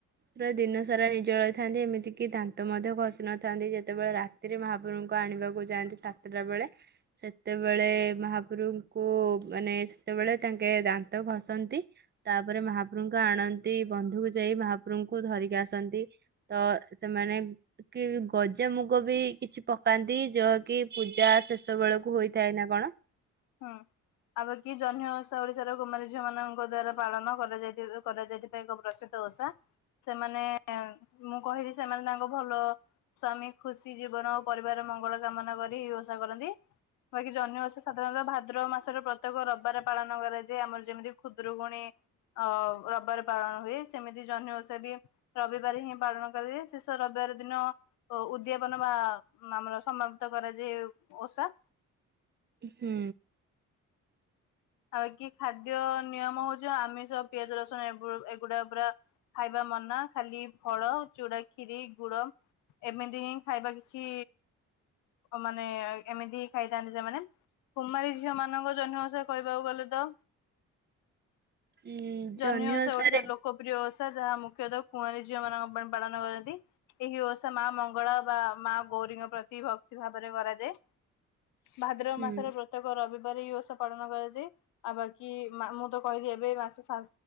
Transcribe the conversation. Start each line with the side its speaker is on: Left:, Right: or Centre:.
Right: ପୁରା ଦିନସାରା ନିଜଳା ରହିଥାନ୍ତି ଏମିତିକିି ଦାନ୍ତ ମଧ୍ୟ ଘସି ନଥାନ୍ତି ଯେତେବେଳେ ରା ତିରେ ମହାପୁଭଙ୍କୁ ଆଣିବାକୁ ଯାଆନ୍ତି ସାତଟା ବେଳେ ସେତେବେଳେ ମହାପ୍ରଭଙ୍କୁ ମାନେ ସେତେବେଳେ ତାଙ୍କେ ଦାନ୍ତ ଘସନ୍ତି। ତାପରେ ମହାପ୍ରଭୁଙ୍କ ଆଣନ୍ତି ବନ୍ଧୁକୁ ଯାଇ ମହାପ୍ରଭୁଙ୍କୁ ଧରିକି ଆସନ୍ତି ତ ସେମାନେ କି ଗଜାମୁଗବି କିଛି ପକାନ୍ତି ଯଅକି ପୂଜା ଶେଷ ବେଳକୁ ହୋଇଥାଏନା କଣ?
Left: ହଁ। ଆମରକି ଜହ୍ନି ଓଷା ଓଡିଶାର କୁମାରୀ ଝିଅ ମାନଙ୍କ ଦ୍ଵାରା ପାଳନ କରାଯାଇ କରାଯାଇ <unintelligible> ଓଷା, ସେମାନେ ମୁଁ କହିଲି ସେମାନେ ତାଙ୍କ ଭଲ ସ୍ଵାମୀ ଖୁସି ଜୀବନ ଓ ପରିବାର ମଙ୍ଗଳ କାମନା କରି ଓଷା କରନ୍ତି କହିକି ଜନହୀ ଓଷା ସା ସାଧାରଣତଃ ଭାଦ୍ରବ ମାସର ପ୍ରତ୍ୟେକ ରବିବାର ପାଳନ କରାଯାଏ ଆମର ଯେମିତି ଖୁଦୁରୁକୁଣୀ। ଅ ରବିବାରେ ପାଳନ ହୁଏ ସେମିତି ଜହ୍ନି ଓଷାବି ରବିବାରେହିଁ ପାଳନ କରାଯାଏ ଶେଷ ରବିବାର ଦିନ ଓ ଉଦ୍ୟାପନ ବା ଆମର ସମାପ୍ତ କରାଯାଏ ଓଷା।
Right: ହୁଁ।
Left: ଆଉ କିଖାଦ୍ୟ ନିୟମ ହଉଚି ଆମିଷ ପିଆଜ ରସୁଣ ଏ ଏଗୁଡା ପୁରା ଖାଇବା ମନା ଖାଲି ଫଳ ଚୂୁଡାଖିରି ଗୁଡ। ଏମିତି ହିଁ ଖାଇବା କିଛି ମାନେ ଏମିତି ଖାଇଥାନ୍ତି ସେମାନେ କୁମାରୀ ଝିଅ ମାନଙ୍କର ଜନ୍ନିଓଷା କହିବାକୁ ଗଲେ ତ
Right: ଉଁ ଜହ୍ନି
Left: ଜନ୍ନି ଓଷା
Right: ଓଷାରେ
Left: ଓଡ଼ିଶା ର ଲୋ <unintelligible> ଓଷା ଯାହା ମୁଖ୍ୟତଃ କୁଆଁରୀ ଝିଅ ମାନଙ୍କ ପାଇଁ ପାଳନ କରନ୍ତି। ଏହି ଓଷା ମା ମଙ୍ଗଳ ବା ମା ଗୌରୀଙ୍କ ପ୍ରତି ଭକ୍ତି ଭାବରେ କରାଯାଏ। ଭାଦ୍ରବ
Right: ହୁଁ।
Left: ମାସର ପ୍ରତ୍ୟେକ ରବିବାର ଏହି ଓଷା ପାଳନ କରାଯାଏ ଆଉ ବାକି ମୁଁ ତ କହିଲି ଏବେ ମାସ ଶା